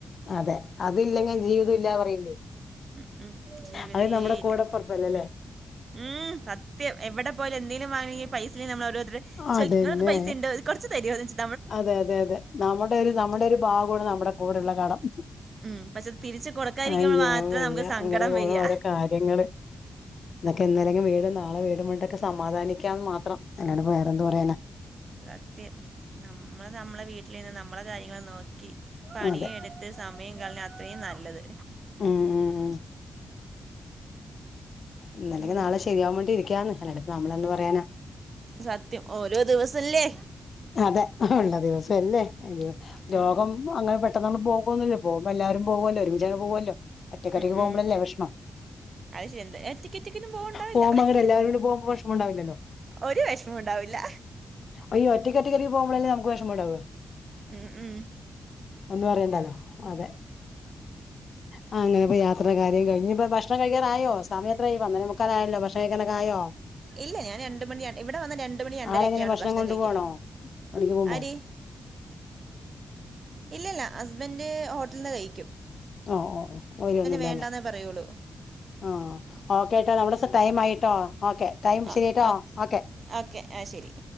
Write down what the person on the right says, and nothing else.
ഉം ഉം ജീവിതേ
ഇല്ല
ഉം സത്യം എവടെ പോയാലു എന്തെലും വാങ്ങിയും പൈസല്ലെയ് നമ്മൾ ഓരോര്‌ത്തര് ചൊയ്ക്
ങ്ങളട്ത്ത് പൈസിണ്ടൊ കൊർച്ച് തരോ ന്ന് ച്ച്
ഉം പക്ഷെ തിരിച്ച് കൊടുക്കാതിരിക്കുമ്പോൾ
മാത്രം
നമുക്ക് സങ്കടം
വരിക
സത്യം നമ്മള് നമ്മളെ വീട്ടിൽ നിന്ന് നമ്മളെ കാര്യങ്ങള് നോ ക്കി പണിയെട്ത്ത്
സമയം കൾണ അത്രീം നല്ലത്
വെല്ലറങ്ങ
സത്യം ഓരോ ദിവസല്ലേ
ഉം
ഉം
ഉം
അത് ശരി എന്താ ടിക്കറ്റിനും പോകണ്ടാവില്ല
ഒരു വെഷ്മോണ്ടാവില്ല
ഉം ഉം.
ഇല്ല ഞാ രണ്ട് മണി ഇവിടെ വന്ന രണ്ട് മണി രണ്ടരൊക്കെയാണ്
കഴിക്കല്
ആര് ഇല്ലല്ല ഹസ്ബൻന്റ് ഹോട്ടല്ന്ന് കഴി
വേണ്ടാന്നേ പറയുള്ളൂ
ആ
ഓക്കെ ആ ശരി